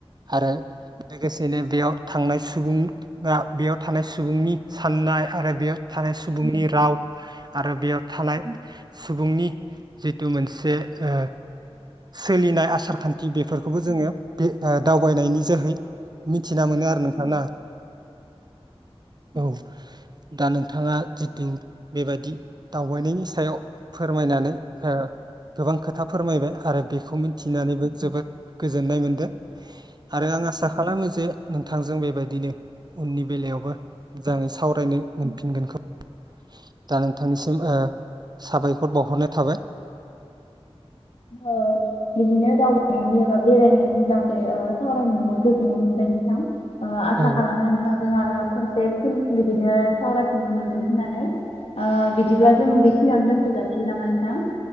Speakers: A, on the right (about 45°); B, on the left (about 75°).
A: आरो लोगोसे जेने बेयाव थांनाय सुबुङा बेयाव थानाय आरो बेयाव थानाय सुबुंनि राव आरो बेयाव थानाय सुबुंनि जिथु मोनसे ओ सोलिनाय आसार खान्थि बेफोरखौबो जोङो बे आं दावबायनायनि जोहै मिथिना मोनो आरो नोंथां ना? औ। दा नोंथाङा जिथु बेबादि दावबायनायनि सायाव फोरमायनानै हो गोबां खोथा फोरमायबाय आरो बे खौ मिथिनानैबो जोबोद गोजोननाय मोनदो। आरो आं आसा खालामोजे नोंथांजों बेबायदिनो उननि बेलायावबो मोजाङै सावरायनो मोनफिनगोनखौ। <inaudible> दा नोंथांनिसिम ओ साबायखर बावहरनाय थाबाय।
B: ओ बिदिनो दावबायनायनि एबा बेरायनायनि बागै ओ सावरायनो मोननानै गोजोननाय मोनबाय नोंथां। ओ आसा
A: औ
B: खालामनो नोंथां जों आरो खनसे फिन बिदिनो सावरायफिननो मोनगोन होननानै ओ बिदिब्ला जों बेखिनियावनो दोन थजासिनगोन नामा नोंथां?